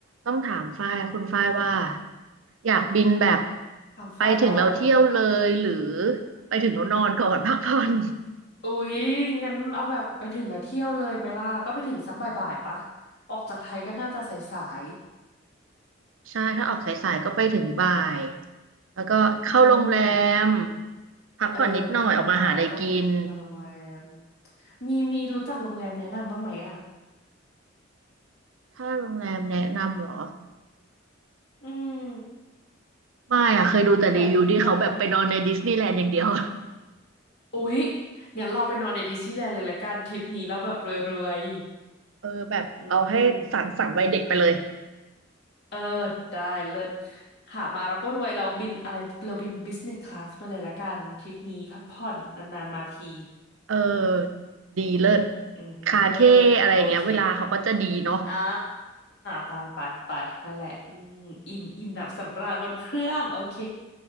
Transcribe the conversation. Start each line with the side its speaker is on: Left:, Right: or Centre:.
Right: ต้องถามฝ้ายคุณฝ้ายว่าอยากบินแบบ
Left: ถามฝ้ายเหรอ
Right: ไปถึงเราเที่ยวเลยหรือไปถึงเรานอนก่อน <laughs> พักผ่อน
Left: อุ๊ยงั้นเอาแบบไปถึงแล้วเที่ยวเลยไหมล่ะก็ไปถึงสักบ่ายๆปะออกจากไทยก็น่าจะสาย
Right: ใช่ถ้าออกสายๆก็ไปถึงบ่ายแล้วก็เข้าโรงแร
Left: ๆอืม
Right: มพักผ่อนนิดหน่อยออกมาหาอะไรกิน
Left: เออไปถึงบ่ายแล้วก็ไปนอนโรงแรมมีมีรู้จักโรงแรมแนะนำบ้างไหมอะ
Right: ถ้าโรงแรมแนะนำเหรอ
Left: อืม
Right: ไม่อะเคยดูแต่รีวิวที่เขาแบบไปนอนในดิสนีย์แลนด์อย่างเดียว
Left: แบบย่านอุ๊ยงั้นเราไปนอนในดิสนีย์แลนด์เลยละกันทริปนี้เราแบบรวย
Right: <laughs> เออแบบเอาให้สั่นๆันวัยเด็กไปเลย
Left: ๆอืม เออได้เลิศค่ะมาเราก็รวยเราบินอะไรเราบินบิสเนสคลาสมาเลยละกันทริปนี้พักผ่อนนานๆมาที
Right: เออดีเลิศ
Left: อืมเลิศโอเค
Right: คาเท่อะไรอย่างเงี้ยเวลาเขาก็จะดีเนาะ
Left: อ่าไปไปไปนั่นแหละอืมอิ่มอิ่มหนำสำราญบนเครื่องโอเค